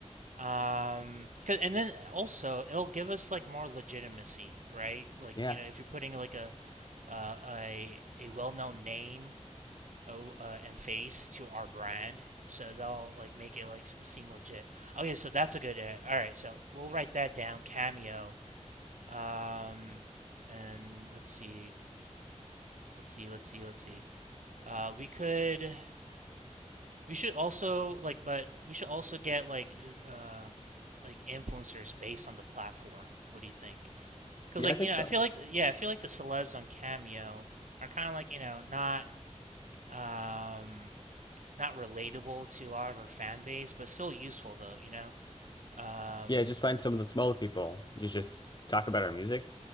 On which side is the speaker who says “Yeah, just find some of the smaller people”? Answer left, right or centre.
Left